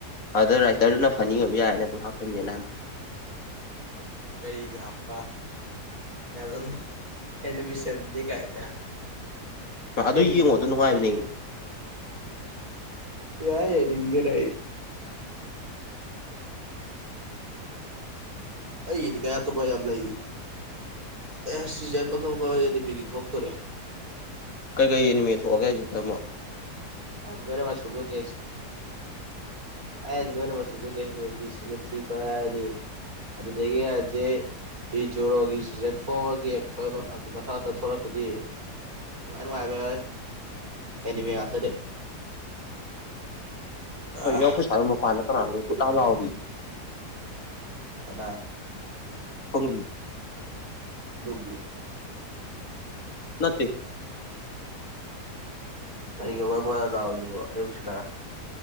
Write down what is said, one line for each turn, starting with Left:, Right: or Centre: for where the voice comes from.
Left: ꯑꯗ ꯔꯥꯏꯇꯔꯗꯨꯅ ꯐꯅꯤ ꯑꯣꯏꯕ ꯌꯥꯏꯅ ꯑꯗꯨꯝ ꯍꯥꯞꯇꯕꯅꯦ ꯅ
Right: ꯀꯔꯤꯒꯞꯄ ꯌꯥ ꯑꯦꯅꯃꯤꯁꯟꯗꯤ ꯀꯥꯏꯗ
Left: ꯍꯥꯏ
Right: ꯁꯤꯕꯕꯤ
Left: ꯑꯗꯨ ꯌꯦꯡꯉꯣ ꯑꯗꯨ ꯅꯨꯡꯉꯥꯏꯕꯅꯦ
Right: ꯇꯦ ꯌꯥꯏ ꯌꯥꯔ ꯏꯟꯗꯤꯅꯏ ꯑꯩꯗꯤ ꯀꯥꯏ ꯑꯇꯣ ꯄ ꯍꯥꯂꯗꯤ ꯑꯦ ꯁꯤꯖꯠ ꯃꯈꯧ ꯀꯋꯥ ꯌꯥꯗꯦꯕꯤꯒꯤ ꯊꯣꯛꯇꯣꯔꯦ
Left: ꯀꯩꯀꯩꯑꯦꯅꯤꯃꯤꯠ ꯊꯣꯛꯑꯒꯦ ꯍꯥꯏꯁꯤꯕꯣ ꯇꯥꯝꯃꯣ
Right: ꯑꯖꯀꯔ ꯁꯨꯒ ꯇꯁ ꯑ ꯑꯖꯒꯔ ꯁꯨꯒꯁ ꯊꯣꯛꯔꯛꯑꯅꯤ ꯑꯗꯨꯗꯒꯤ ꯍꯧꯖꯤꯛ ꯄ ꯖꯨꯔꯣꯒꯤ ꯁꯤꯖꯟ ꯐꯣꯔꯒꯤ ꯑꯦꯄꯤꯁꯣꯠ ꯑꯗꯨ ꯃꯊꯪ ꯃꯊꯪ ꯊꯣꯛꯂꯛꯈꯤꯅꯤ ꯅꯨꯡꯉꯥꯢ ꯅꯨꯡꯉꯥꯢꯕ ꯑꯦꯅꯤꯃꯤ ꯉꯛꯇꯅꯤ ꯑꯥ
Left: ꯀꯩꯅꯣ ꯑꯩꯈꯣꯢꯁꯥꯢꯗ ꯃꯄꯥꯟꯗ ꯀꯅꯥꯅꯣꯝꯃ ꯀꯣꯢꯂꯥꯎ ꯂꯥꯎꯔꯤꯌꯦ
Right: ꯀꯅꯥ
Left: ꯈꯪꯗꯤꯌꯦ
Right: ꯑꯗꯣꯕꯤ
Left: ꯅꯠꯇꯦ
Right: ꯀꯩꯒꯤꯅꯣ ꯃꯅꯥ ꯂꯥꯎꯔꯤꯁꯤꯕꯣ ꯑꯌꯨꯛꯁꯤꯗꯔꯥ